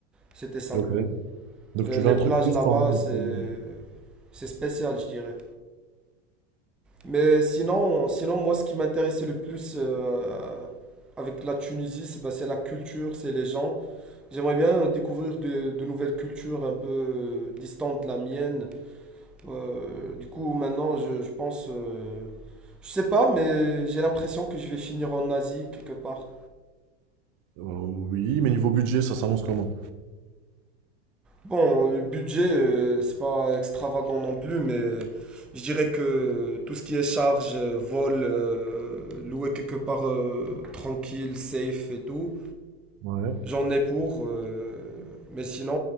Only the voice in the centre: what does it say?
C'était sympa.
Euh,
les
plages
là-bas,
c'est
c'est spécial, je dirais. Mais sinon, sinon moi, ce qui m'intéressait le plus euh, avec la Tunisie, c'est bah, c'est la culture, c'est les gens. J'aimerais bien découvrir de, de nouvelles cultures un peu distantes de la mienne. Euh, du coup, maintenant, je, je pense, euh, je sais pas, mais j'ai l'impression que je vais finir en Asie quelque part.
Bon, le budget, euh, c'est pas extravagant non plus, mais je dirais que tout ce qui est charge, euh, vol, euh, louer quelque part euh, tranquille, safe et tout.
J'en ai pour, euh, mais sinon,